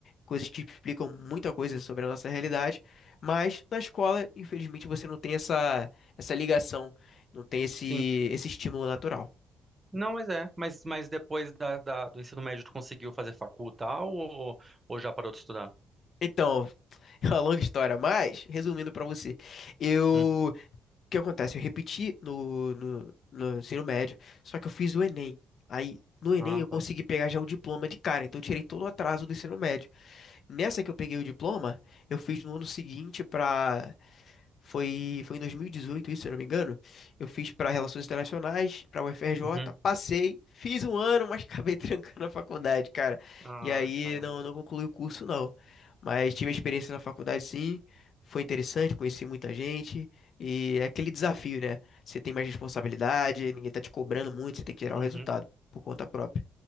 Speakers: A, on the left; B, on the right.
A: coisas que explicam muita coisa sobre a nossa realidade, mas na escola, infelizmente, você não tem essa, essa ligação, não tem esse,
B: Sim.
A: esse estímulo natural.
B: Não, mas é. Mas, mas depois da, da- do ensino médio, tu conseguiu fazer facul tal ou, ou já parou de estudar?
A: Então, <laughs> é uma longa história, mas resumindo pra você, eu,
B: Hum.
A: o que acontece? Eu repeti no, no, no ensino médio, só que eu fiz o Enem. Aí, no Enem,
B: Ah,
A: eu
B: tá.
A: consegui pegar já o diploma de cara, então eu tirei todo o atraso do ensino médio. Nessa que eu peguei o diploma, eu fiz no ano seguinte para foi foi em 2018, isso, se eu não me engano. Eu fiz para Relações Internacionais, para UFRJ,
B: Uhum.
A: passei, fiz um ano, mas <laughs> acabei trancando a faculdade, cara.
B: Ah,
A: E aí
B: caramba.
A: não não concluí o curso não. Mas tive a experiência na faculdade sim, foi interessante, conheci muita gente e é aquele desafio, né? Você tem mais responsabilidade, ninguém tá te cobrando muito, você tem que gerar
B: Uhum.
A: o resultado por conta própria.